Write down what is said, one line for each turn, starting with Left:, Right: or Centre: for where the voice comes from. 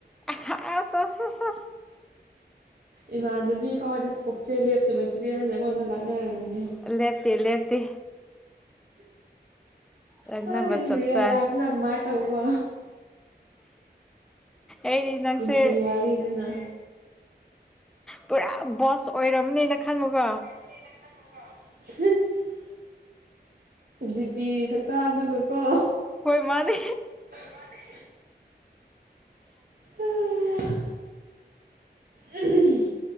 Centre: ꯑ ꯑ ꯍ
Right: ꯏꯃꯥꯟꯅꯕꯤ ꯐꯥꯎꯗꯁꯨ ꯄꯣꯛꯆꯩ ꯂꯦꯞꯇꯕꯁꯤꯗꯤ ꯍꯟꯗꯛ ꯍꯟꯅ ꯂꯥꯛꯅꯔꯝꯃꯤꯅꯦ
Centre: ꯂꯦꯞꯇꯦ ꯂꯦꯞꯇꯦ ꯔꯛꯅꯕ
Right: ꯍꯣꯏ
Centre: ꯆꯞ
Right: ꯔꯤꯌꯦꯜ
Centre: ꯆꯥꯏ
Right: ꯂꯥꯏꯐꯅ ꯀꯃꯥꯏꯅ ꯇꯧꯕ
Centre: ꯑꯩꯗꯤ ꯅꯪꯁꯦ
Right: ꯄꯨꯟꯁꯤ ꯋꯥꯔꯤꯗꯨꯅ
Centre: ꯄꯨꯔꯥ ꯕꯣꯁ ꯑꯣꯏꯔꯝꯅꯦꯅ ꯈꯟꯃꯨꯒ
Right: ꯅ ꯈꯟꯉꯨꯀꯣ <unintelligible> ꯗꯤꯄꯤ ꯁꯛꯇ ꯑꯗꯨꯒꯀꯣ
Centre: ꯍꯣꯏ ꯃꯥꯅꯦ
Right: ꯃꯥꯅꯤ ꯑ ꯎꯝ